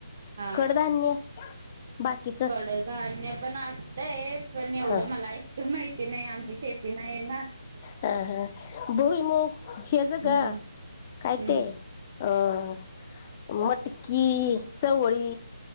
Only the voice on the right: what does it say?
हा
कडधान्य पण असतंय पण एवढं
मला माहित माहिती नाही आमची शेती नाही ना आमची शेती आहे ना-
हम्म
हम्म